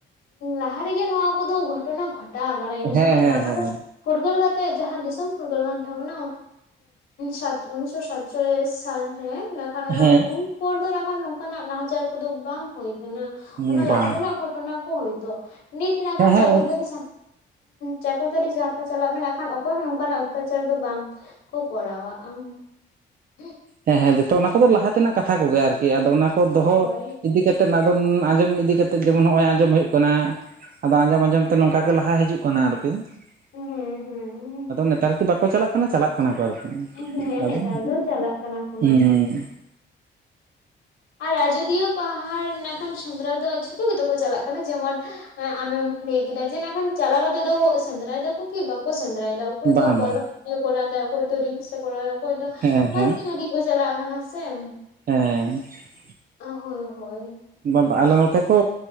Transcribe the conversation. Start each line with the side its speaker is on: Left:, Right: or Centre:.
Left: ᱞᱟᱦᱟ ᱨᱮᱜᱮ ᱱᱚᱣᱟ ᱠᱚᱫᱚ ᱜᱷᱚᱴᱚᱱᱟ ᱜᱷᱚᱴ ᱴᱟᱜ ᱤᱱᱟᱹ
Right: ᱦᱮᱸ
Left: ᱠᱷᱟᱹᱛᱤᱨ
Right: ᱦᱮᱸ
Left: ᱵᱟᱝᱠᱷᱟᱱ ᱫᱚ ᱯᱷᱩᱨᱜᱟᱹᱞ ᱠᱟᱛᱮ ᱡᱟᱦᱟᱸ ᱫᱤᱥᱚᱢ ᱯᱷᱩᱨᱜᱟᱹᱞ ᱠᱟᱱ ᱛᱟᱵᱚᱱᱟ ᱥᱟᱛ ᱩᱱᱤᱥᱥᱚ ᱥᱟᱛ ᱪᱚᱞᱤᱥ ᱥᱟᱞ ᱨᱮᱠᱷᱟᱱ ᱚᱱᱟ
Right: ᱦᱮᱸ
Left: ᱩᱱ ᱯᱚᱨ ᱫᱚ ᱱᱟᱜᱠᱷᱟᱱ ᱱᱚᱝᱠᱟᱱᱟᱜ ᱱᱟᱦᱟᱪᱟᱨ ᱠᱚᱫᱚ ᱵᱟᱝ ᱦᱩᱭ ᱠᱟᱱᱟ ᱾
Right: ᱦᱮᱸ
Left: ᱚᱱᱟ
Right: ᱵᱟᱝ
Left: ᱞᱟᱦᱟ ᱨᱮᱱᱟᱜ ᱜᱷᱚᱴᱚᱱᱟ ᱠᱚ ᱦᱚᱭᱛᱳ ᱾ ᱱᱤᱛ ᱢᱮᱱᱟᱜ ᱠᱷᱟᱱ
Right: ᱦᱮᱸ
Left: ᱪᱟᱠᱚᱞ
Right: ᱦᱮᱸ ᱦᱩᱸ
Left: ᱫᱟᱨᱮ ᱪᱟᱠᱚᱞ ᱫᱟᱨᱮ ᱡᱟᱦᱟᱸ ᱪᱟᱞᱟᱜ ᱢᱮᱱᱟᱜ ᱠᱷᱟᱱ ᱚᱠᱚᱭ ᱦᱚᱸ ᱱᱚ ᱚᱱᱠᱟᱱᱟᱜ ᱚᱛᱛᱟᱪᱟᱨ ᱫᱚ ᱵᱟᱝ ᱠᱚ ᱠᱚᱨᱟᱣᱟ ᱾
Right: ᱦᱮᱸ ᱦᱮᱸ, ᱡᱚᱛᱚ ᱚᱱᱟ ᱠᱚᱫᱚ ᱞᱟᱦᱟ ᱛᱮᱱᱟᱜ ᱠᱟᱛᱷᱟ ᱠᱚᱜᱮ ᱟᱨᱠᱤ ᱟᱫᱚ ᱚᱱᱟ ᱠᱚ ᱫᱚᱦᱚ
Left: ᱦ <unintelligible>
Right: ᱤᱫᱤ ᱠᱟᱛᱮ ᱟᱫᱚ ᱟᱸᱡᱚᱢ ᱤᱫᱤ ᱠᱟᱛᱮ ᱡᱮᱢᱚᱱ ᱱᱚᱜᱼᱚᱭ ᱟᱸᱡᱚᱢ ᱦᱩᱭᱩᱜ ᱠᱟᱱᱟ ᱾ ᱟᱫᱚ ᱟᱸᱡᱚᱢ ᱟᱸᱡᱚᱢ ᱛᱮ ᱱᱚᱝᱠᱟ ᱜᱮ ᱞᱟᱦᱟ ᱦᱤᱡᱩᱜ ᱠᱟᱱᱟ ᱟᱨᱠᱤ
Left: ᱦᱮᱸ
Right: ᱾
Left: ᱦᱮᱸ
Right: ᱟᱫᱚ ᱱᱮᱛᱟᱨ ᱠᱤ ᱵᱟᱠᱚ ᱪᱟᱞᱟᱜ ᱠᱟᱱᱟ ᱪᱟᱞᱟᱜ ᱠᱟᱱᱟ ᱠᱚ ᱟᱨᱠᱤ᱾
Left: ᱦᱮᱸ
Right: ᱟᱫᱚ
Left: ᱱᱮᱛᱟᱨ ᱫᱚ ᱪᱟᱞᱟᱜ ᱠᱟᱱᱟ ᱠᱚ
Right: ᱦᱩᱸ
Left: ᱱᱟᱜ
Right: ᱦᱩᱸ
Left: ᱠᱷᱟᱱ
Right: ᱾
Left: ᱟᱨ ᱟᱡᱚᱫᱤᱭᱟᱹ ᱯᱟᱦᱟᱲ ᱢᱮᱱ ᱱᱟᱜ ᱠᱷᱟᱱ ᱥᱮᱸᱫᱽᱨᱟ ᱫᱚ ᱡᱷᱚᱛᱚ ᱜᱮᱛᱚ ᱠᱚ ᱪᱟᱞᱟᱜ ᱠᱟᱱᱟ ᱾ ᱡᱮᱢᱚᱱ ᱟᱢᱮᱢ ᱞᱟᱹᱭ ᱠᱮᱫᱟ ᱡᱮ ᱠᱷᱟᱱ ᱪᱟᱞᱟᱣ ᱠᱟᱛᱮ ᱫᱚ ᱥᱮᱸᱫᱽᱨᱟᱭ ᱫᱟᱠᱚ ᱠᱤ ᱵᱟᱠᱚ ᱥᱮᱸᱫᱽᱨᱟᱭ ᱫᱟ ᱾ ᱚᱠᱚᱭ
Right: ᱵᱟᱝ
Left: ᱫᱚ ᱵᱚᱞᱚᱠ
Right: ᱵᱟᱝ
Left: ᱜᱮ ᱠᱚᱨᱟᱣ ᱮᱫᱟ, ᱚᱠᱚᱭ ᱫᱚ ᱨᱤᱢᱥ ᱮ ᱠᱚᱨᱟᱣ ᱮᱫᱟ, ᱚᱠᱚᱭ ᱫᱚ
Right: ᱦᱮᱸ
Left: ᱢᱚᱥᱛᱤ
Right: ᱦᱮᱸ
Left: ᱞᱟᱹᱜᱤᱫ ᱠᱚ ᱪᱟᱞᱟᱜ ᱠᱟᱱᱟ ᱥᱮ ᱾
Right: ᱦᱮᱸ ᱾
Left: ᱦᱳᱭ ᱦᱳᱭ ᱾
Right: ᱵᱟ ᱟᱞᱮ ᱱᱚᱛᱮ ᱠᱚ